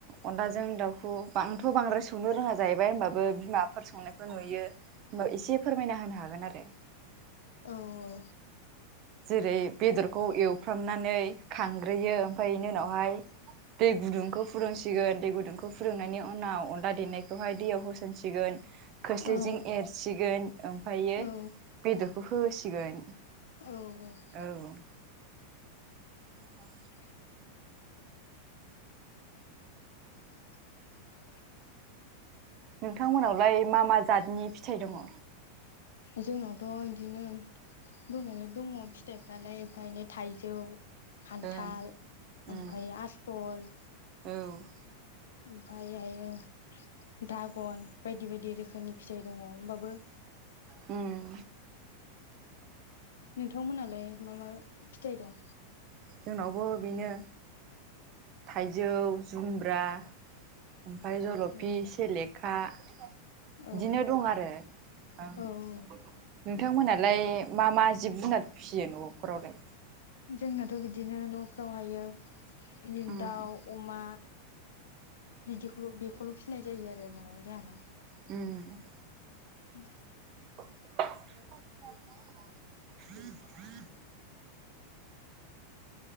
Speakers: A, on the right (about 40°); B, on the left (about 85°).
A: अनदजों दाउखौ आंथ' बांद्राय संनो रोङा जाहैबाय होमबाबो बिमाफोर संनायखौ नुयो होमबा एसे फोरमायना होनो हागोन आरो
B: औ औ
A: जेरै बेदरखौ एवफ्रामनानै खांग्रोयो ओमफाय बेनि उनावहाय दै गुदुंखौ फोरदोंसिगोन दै गुदुंखौ फोरुंनायनि उनाव अनला देनाय बेवहाय दैयाव होसनसिगोन खोस्लिजों
B: औ
A: एरसिगोन ओमफायो
B: औ
A: बेदरखौ होसिगोन
B: औ औ
A: औ <inaudible>
B: <inaudible> <inaudible>
A: नोंथांमोनावलाय मा मा जतनि फिथाइ दङ'।
B: जोंनावथ' बिदिनो दंनायालाय दङ फिथायफ्रालाय एफा एनै थाइजौ
A: ओं
B: खान्थाल
A: उम
B: ओमफ्राय आसबल
A: औ
B: ओमफायहायो धागन बायदि बायदि रोखोमनि फिथाइ दङ। होमबाबो
A: ओम
B: नोंथांमोनालाय मा मा फिथाइ दं?
A: जोंनावबो बेनो थाइजौ जुमब्रा ओमफ्राय जलफि
B: औ
A: सेलेखा बिदिनो
B: औ
A: दं आरो आं नोंथांमोनहालाय
B: औ औ
A: मा मा जिब जुनार फिसियो न'फोरावलाय?
B: जोंनाथ' बिदिनो न'फ्रावहायो बिदिनो
A: ओं
B: दाउ अमा बिदिखौल' बे खौल' फिनाय जायो आरो न'आव जाहाना
A: उम
B: <inaudible>
A: <unintelligible>